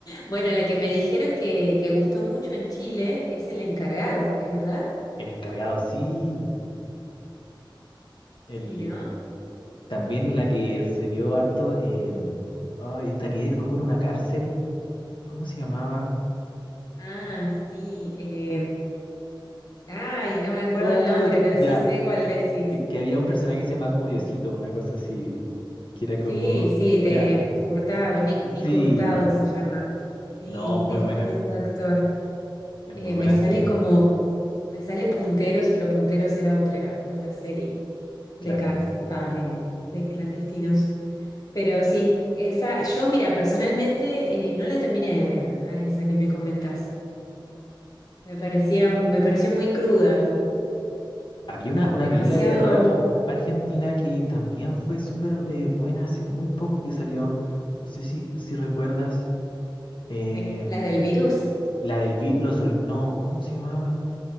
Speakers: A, on the left; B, on the left.
A: Bueno, la que me dijeron que, que gustó mucho en Chile es El Encargado, ¿es verdad?
B: El encargado, sí. El,
A: Sí, ¿no?
B: También la que se vio harto en. Ay, esta que era como en una cárcel. ¿Cómo se llamaba?
A: Ah, sí. eh, ay, no me acuerdo
B: Oh,
A: el nombre, pero
B: ya.
A: sí sé cuál decís.
B: Que, que había un personaje que se llamaba como
A: Sí.
B: Diosito, una cosa así. Que era como.
A: Sí, sí,
B: Ya.
A: de Hurtado, Nic- Nico
B: Sí.
A: Hurtado se llama. Sí,
B: No, muy
A: es
B: buena.
A: tremendo actor.
B: Es
A: Eh,
B: muy buena
A: me sale
B: serie,
A: como, me sale Punteros, pero Punteros era otra, otra serie de
B: claro.
A: cárcel, va, de, de clandestinos. Pero sí, esa, yo mira, personalmente eh, no la terminé de ver a esa que me comentás. Me parecía, me pareció muy cruda, como
B: Había una, una
A: demasiado,
B: película de terror arg- argentina que también fue súper eh, buena hace muy poco que salió. No sé si, si recuerdas. eh,
A: sí, la del virus.
B: la del vi- los oli- No, ¿cómo se llamaba?